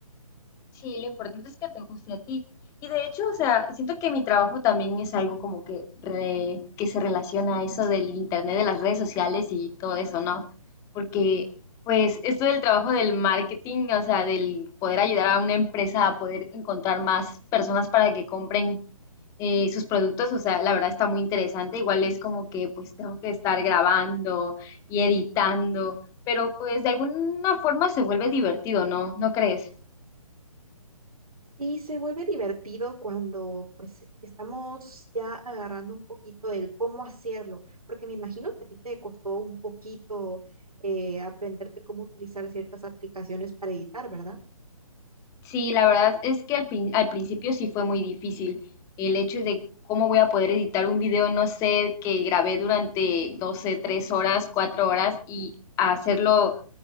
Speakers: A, on the left (about 15°); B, on the right (about 80°).
A: Sí, lo importante es que te guste a ti. Y de hecho, o sea, siento que mi trabajo también es algo como que, re- que se relaciona a eso del internet, de las redes sociales y todo eso, ¿no? Porque, pues, esto del trabajo del marketing, o sea, del poder ayudar a una empresa a poder encontrar más personas para que compren eh, sus productos, o sea, la verdad está muy interesante. Igual es como que, pues, tengo que estar grabando y editando, pero pues de alguna forma se vuelve divertido, ¿no? ¿No crees?
B: Sí, se vuelve divertido cuando pues estamos ya agarrando un poquito del cómo hacerlo, porque me imagino que a ti te costó un poquito eh, aprenderte cómo utilizar ciertas aplicaciones para editar, ¿verdad?
A: Sí, la verdad es que al, prin- al principio sí fue muy difícil el hecho de cómo voy a poder editar un video, no sé, que grabé durante, 12, 3 horas, 4 horas y hacerlo